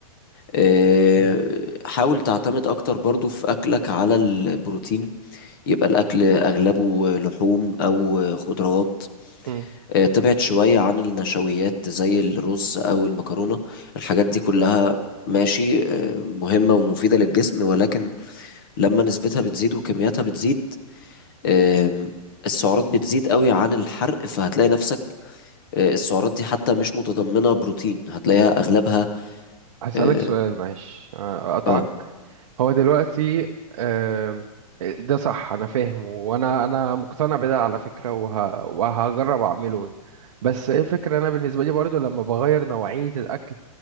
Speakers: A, on the left; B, on the right.
A: آه،
B: مم،
A: حاول تعتمد أكتر برضو في أكلك على البروتين يبقى الأكل أغلبه لحوم أو خضروات
B: مم.
A: آه، تبعد شوية عن النشويات زي الرز أو المكرونة الحاجات دي كلها ماشي آه، مهمة ومفيدة للجسم ولكن لما نسبتها بتزيد وكمياتها بتزيد آم، السعرات بتزيد قوي عن الحرق فهتلاقي نفسك آه، السعرات دي حتى مش متضمنة بروتين هتلاقيها أغلبها
B: هسألك
A: اه
B: سؤال معلش آه، أقطعك
A: آه.
B: هو دلوقتي آم، ده صح أنا فاهم وأنا أنا مقتنع بده على فكرة وه... وهجرب أعمله بس إيه الفكرة أنا بالنسبة لي برضو لما بغير نوعية الأكل